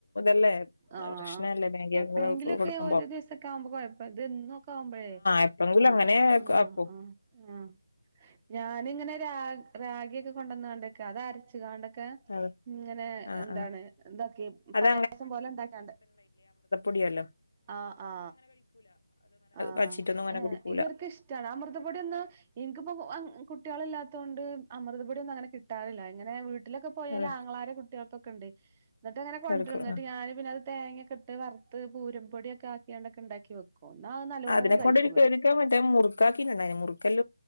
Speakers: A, on the left (about 60°); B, on the right (about 20°).
A: ല്ലേ
B: ആഹ്
A: പ്രശ്നല്ലേ മാഗി ഒക്കെ
B: എപ്പോഴെങ്കിലുമൊക്കെ
A: കൊടുക്കുമ്പോൾകൊടുക്കുമ്പോ
B: ഓരോ ദിവസൊക്കെ ആവുമ്പോ കുഴപ്പം ഇതന്നൊക്കെ ആവുമ്പോഴേ
A: എപ്പഴെങ്കിലും
B: ആ
A: അങ്ങനെ
B: ആ്
A: ആക്കും
B: ആ് ആ ഞാനിങ്ങനെ രാ രാഗിയ ഒക്കെ കൊണ്ടുവന്ന കാണ്ടക്കെ അത് അരച്ച കണ്ട ക്ക
A: അതെ
B: ഇങ്ങനെ
A: ആഹ്
B: എന്താണ്
A: ആഹ്
B: ഇതൊക്കെ
A: അത്
B: പായസം പോലെ ഇണ്ടാക്കാണ്ട്
A: മതിയല്ലോ
B: ആ ആ ആ
A: വച്ചിട്ടൊന്നും അങ്ങനെ
B: ഏ
A: കുടിക്കൂല
B: ഇവർക്ക് ഇഷ്ടാണ് ആ മൃതപൊടിയൊന്നുംഇൻക് ൻനിക്കിപ്പോ കുട്ടിയാളില്ലാത്തത് കൊണ്ട് അമൃതപൊടിയൊന്നും അങ്ങനെ കിട്ടാറില്ല ഇങ്ങനെ വീട്ടി വീട്ടിലൊക്കെ പോയാല്
A: അതെ
B: ആങ്ങളാരെ കുട്ട്യാൾക്കൊക്കെണ്ട് ന്നിട്ടങ്ങെനെ കൊണ്ടരും
A: കിടക്കും
B: ന്നട്ട് ഞാന് പിന്നത് തേങ്ങ ക്കെട്ട് വർത്ത് പൂരപ്പൊടിയൊക്കെ ആക്കിക്കാണ്ടൊക്കെ ണ്ടാക്കി വെക്കും എന്നാ അത് നല്ലോണം
A: അതിനെക്കൊണ്ടെനിക്കൊരിക്കൽ
B: കഴിക്കും ഇവര്
A: മറ്റേ മുറുക്കാക്കിങ്ങ്ണ്ടായിരുന്നു മുറുക്കൽ